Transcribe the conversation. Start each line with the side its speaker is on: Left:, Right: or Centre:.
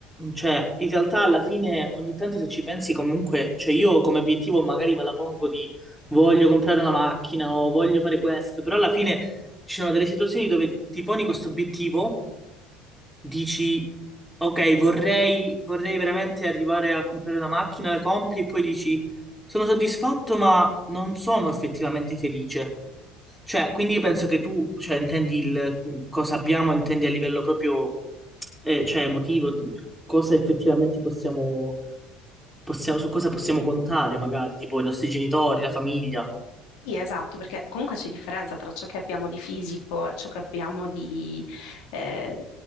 Centre: cioè, in realtà alla fine ogni tanto se ci pensi comunque, cioè io come obiettivo magari me la pongo di voglio comprare una macchina o voglio fare questo, però alla fine ci sono delle situazioni dove ti poni questo obiettivo dici, ok, vorrei, vorrei veramente arrivare a comprare una macchina, la compri e poi dici, sono soddisfatto ma non sono effettivamente felice. Cioè, quindi io penso che tu, cioè, intendi il cosa abbiamo, intendi a livello proprio, eh, cioè, emotivo, cosa effettivamente possiamo, possiamo, su cosa possiamo contare, magari, tipo i nostri genitori, la famiglia.
Left: Sì, esatto, perché comunque c'è differenza tra ciò che abbiamo di fisico e ciò che abbiamo di, eh,